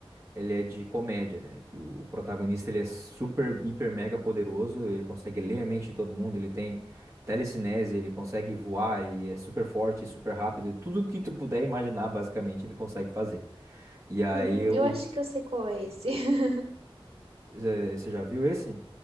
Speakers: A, on the right; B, on the right.
A: ele é de comédia, né? Que o, o protagonista ele é super, hiper, mega poderoso, ele consegue ler a mente de todo mundo, ele tem telecinese, ele consegue voar e é super forte, super rápido, e tudo que tu puder imaginar, basicamente, ele consegue fazer. E aí,
B: Hum, eu
A: o,
B: acho que eu sei qual é esse. <laughs>
A: eh, você já viu esse?